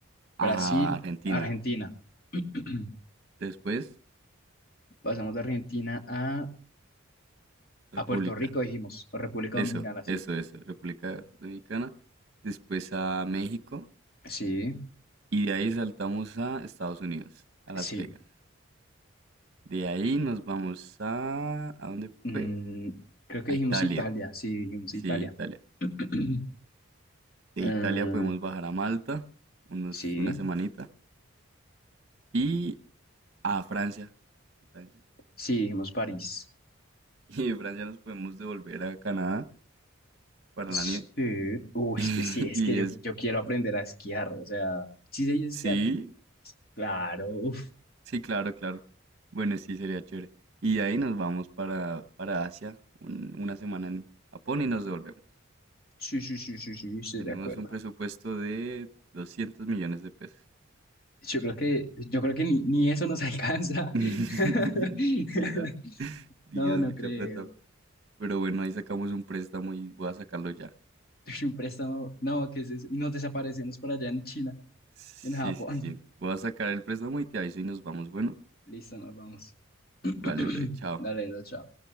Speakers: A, on the right; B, on the left.
A: A
B: Brasil,
A: Argentina,
B: Argentina. <clears throat>
A: después
B: Pasamos de Argentina a,
A: República,
B: a Puerto Rico, dijimos, o República
A: eso,
B: Dominicana, sí.
A: eso, eso, República Dominicana, después a México,
B: Sí,
A: Y de ahí saltamos a Estados Unidos, a
B: sí.
A: Las Vegas. De ahí nos vamos a... ¿A dónde
B: Mm,
A: fue?
B: creo que
A: A
B: dijimos
A: Italia.
B: Italia, sí, dijimos
A: Sí,
B: Italia.
A: Italia.
B: <clears throat>
A: De
B: Ah,
A: Italia podemos bajar a Malta, unos,
B: sí,
A: una semanita. Y a Francia. A Francia. <laughs>
B: sí, dijimos París.
A: Y de Francia nos podemos devolver a Canadá para
B: Sí,
A: la nieve.
B: uy,
A: <laughs>
B: sí, es
A: Y
B: que yo,
A: es...
B: yo quiero aprender a esquiar, o sea, sí sé esquiar,
A: Sí,
B: ¿no? Claro,
A: sí, claro, claro. Bueno, sí, sería chévere. Y de ahí nos vamos para, para Asia, un- una semana en Japón y nos devolvemos.
B: Sí, sí, sí, sí, sí, estoy
A: Tenemos
B: de acuerdo.
A: un presupuesto de 200 millones de pesos.
B: Yo creo que, yo creo que ni, ni eso nos <laughs> alcanza.
A: <laughs>
B: <laughs>
A: Era Dios,
B: No, no
A: mucha
B: creo.
A: plata. Pero bueno, ahí sacamos un préstamo y voy a sacarlo ya.
B: Ush, Un préstamo, no, ¿qué es eso? Y nos desaparecemos por allá en China,
A: Sí,
B: en Japón.
A: sí, sí. Voy a sacar el préstamo y te aviso y nos vamos. Bueno,
B: Listo, nos vamos. <clears throat>
A: vale, bro, chao.
B: Dale, lo chao.